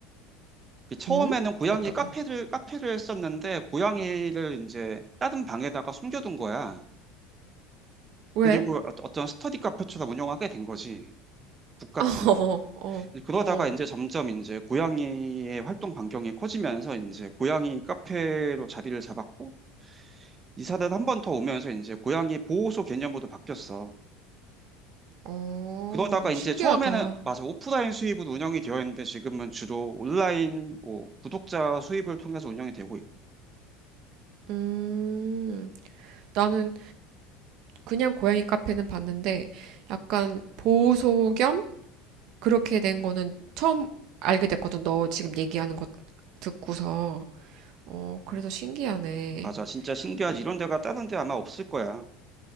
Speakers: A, on the right; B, on the right.
A: 그 처음에는
B: 음?
A: 고양이
B: 어떻게?
A: 카페를 카페를 었는데 고양이를 이제 다른 방에다가 숨겨둔 거야.
B: 왜?
A: 그리고 어- 어떤 스터디 카페처럼 운영하게 된 거지. 북카페나.
B: <laughs> 어, 어,
A: 그러다가
B: 어,
A: 이제 점점 이제 고양이의 활동 반경이 커지면서 이제 고양이 카페로 자리를 잡았고, 이사를 한 번 더 오면서 이제 고양이 보호소 개념으로 바뀌었어.
B: 어,
A: 그러다가 이제
B: 신기하다.
A: 처음에는 맞아 오프라인 수입으로 운영이 되어 있는데 지금은 주로 온라인 뭐 구독자 수입을 통해서 운영이 되고 있-
B: 음, 나는 그냥 고양이 카페는 봤는데 약간 보호소 겸 그렇게 된 거는 처음 알게 됐거든. 너 지금 얘기하는 거 듣고서. 어, 그래서 신기하네.
A: 맞아 진짜 신기하지
B: 어,
A: 이런 데가 다른 데 아마 없을 거야.